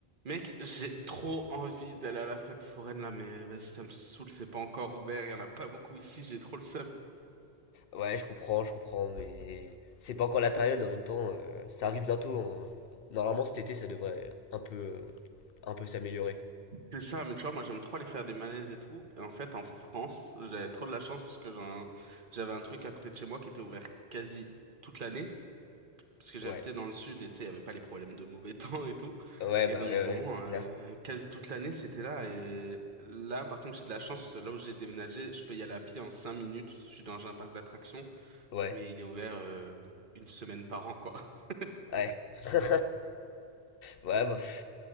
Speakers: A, on the right; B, on the left.
A: Mec, j'ai trop envie d'aller à la fête foraine là, mais vas-y, ça me saoule, c'est pas encore ouvert, il y en a pas beaucoup ici, j'ai trop le seum.
B: Ouais, je comprends, je comprends, mais c'est pas encore la période en même temps. euh, ça arrive bientôt. hein. Normalement, cet été, ça devrait un peu, euh, un peu s'améliorer.
A: C'est ça, mais tu vois, moi j'aime trop aller faire des manèges et tout. Et en fait, en France, j'avais trop de la chance parce que j'en- j'avais un truc à côté de chez moi qui était ouvert quasi toute l'année parce que j'habitais
B: Ouais,
A: dans le sud et tu sais, il n'y avait pas les problèmes de mauvais <laughs> temps et tout.
B: ouais,
A: Et
B: bah
A: donc
B: ouais,
A: vraiment,
B: ouais, c'est
A: euh,
B: clair.
A: quasi toute l'année, c'était là. Et là, par contre, j'ai de la chance, parce que là où j'ai déménagé, je peux y aller à pied en 5 minutes. Je suis dans un parc d'attractions,
B: Ouais,
A: mais il est ouvert euh, une semaine par an, quoi. <laughs>
B: ouais. <laughs> Ouais, bah, pff,